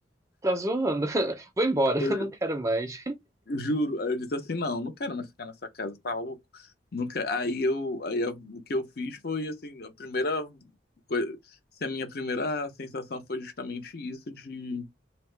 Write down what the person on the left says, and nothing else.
Eu
juro. Aí eu disse assim, não, não quero mais ficar nessa casa, tá louco? Nunca. Aí eu, aí eu- o que eu fiz foi, assim, a primeira coisa, assim, a minha primeira sensação foi justamente isso de,